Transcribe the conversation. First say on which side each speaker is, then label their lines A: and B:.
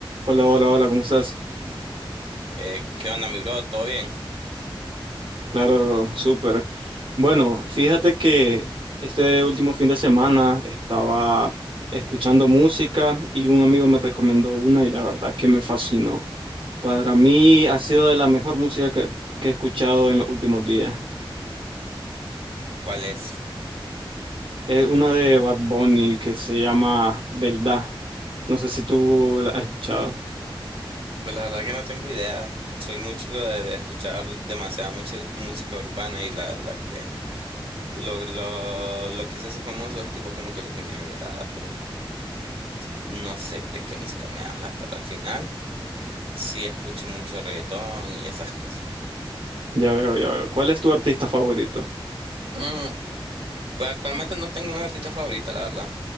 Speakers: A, on the right (about 70°); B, on the right (about 85°).
A: Hola, hola, hola, ¿cómo estás?
B: Eh, ¿qué onda, mi bro? ¿Todo bien?
A: Claro, bro, súper. Bueno, fíjate que este último fin de semana estaba escuchando música y un amigo me recomendó una y la verdad que me fascinó. Para mí ha sido de la mejor música que, que he escuchado en los últimos días.
B: ¿Cuál es?
A: Es una de Bad Bunny que se llama Verdad. No sé si tú la has escuchado.
B: Pues la verdad que no tengo idea. Soy mucho de, de escuchar demasiada mucha música urbana y la verdad que lo, lo, lo que se hace famoso es tipo como que lo que me agrada, pero no sé de qué música me hablas, pero al final sí escucho mucho reggaetón y esas cosas.
A: Ya veo, ya veo. ¿Cuál es tu artista favorito?
B: Mm, pues actualmente no tengo una artista favorita, la verdad.